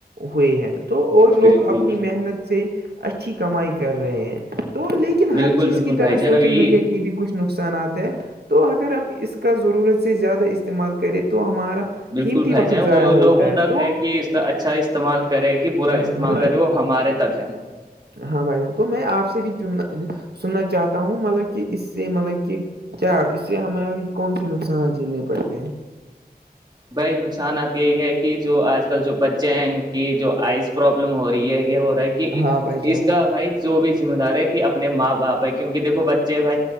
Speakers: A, on the right (about 80°); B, on the right (about 25°).
A: ہوئے ہیں تو اور
B: بالکل
A: لوگ اپنی محنت سے اچھی کمائی کر رہے ہیں تو لیکن
B: بالکل
A: ہر چیز
B: بالکل
A: کی
B: بھائی
A: طرح
B: جان
A: سوشل
B: اب یہی
A: میڈیا کی یہ بھی کچھ نقصانات ہے تو اگر ہم اس کا ضرورت سے زیادہ استعمال کریں تو ہمارا
B: بالکل
A: قیمتی
B: بھائی
A: وقت
B: جان
A: ضائع
B: وہ لوگوں
A: ہوتا
B: تک
A: تو
B: ہے کہ کا اچھا استعمال کرے کہ برا
A: ہاں
B: استعمال
A: ہاں پورا
B: کرے وہ ہمارے تک ہے
A: ہاں بھائی جان تو میں آپ سے بھی سننا چاہتا ہوں مطلب کہ اس سے مطلب کہ کیا اس سے ہمیںاری کون سی نقصانات جھیلنے پڑتے ہیں
B: بھائی نقصانات یہی ہے کہ جو آج کل جو بچے ہیں ان کی جو آئز پرابلم ہو رہی ہے یہ ہو رہا ہے کہ کہ
A: ہاں بھائی جان
B: اس کا بھائی جو بھی ذمہ دار ہے کہ اپنے ماں باپ ہے کیونکہ دیکھو بچے بھائی